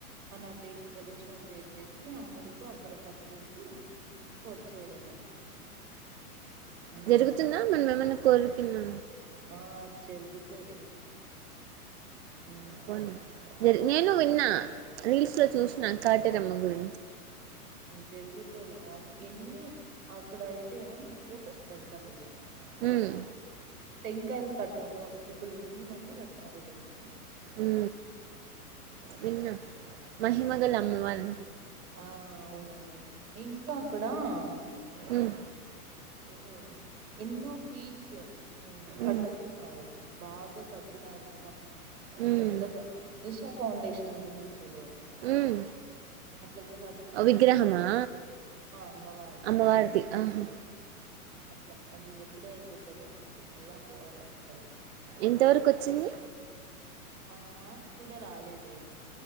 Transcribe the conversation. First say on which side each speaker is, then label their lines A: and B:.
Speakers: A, on the right (about 70°); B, on the right (about 45°).
A: అన ప్రదక్షిణ ం చేసేసి ఆ ముడుపు అక్కడ కట్టేసి వచ్చేయడమే ఉమ్
B: జరుగుతుందా మనం ఏమన్నా కోరిక పన్న
A: ఆ జరుగుతుది హ
B: పోనీ జరి నేను విన్నా రీల్స్ లో చూసినను కాట రమ్మ గుడి
A: జరుగుతుది ఆ ఎన్ని అక్కడ అయితే ఫొటోస్ పెడాలి
B: హమ్
A: టంకాయలు కడతారు ముడుపులు ఎన్ని మంది కట్టినార తెలుసా
B: ఉ విన్న మహిమగ
A: ఆ
B: అమ్మవారి
A: ఆ అవును అవును ఇంకా అక్కడ ఉ
B: ఉమ్
A: ఏదో ఎన్నో స్వీట్స్
B: ఉమ్
A: పట్టుతున్నారు బాగా కడుతునాారు ఇంకా ఇంకా
B: ఉమ్
A: పెద్దగా ఈషా ఫౌండేషన్ సంబంధించ <inaudible> చ
B: ఉమ్
A: అట్లా అట్లాగ కడుతున్నారు
B: విగ్రహమా
A: అమ్మవారిది
B: అమ్మవారిది ఆహా
A: అట్లా అది ఎప్పుడు అయిపోతుందో అప్పుడు మళ్ళా పోవాలి ఒకసారి
B: ఎంతవరకు వచ్చింది
A: ఆ కుడ రాాల ఇదేము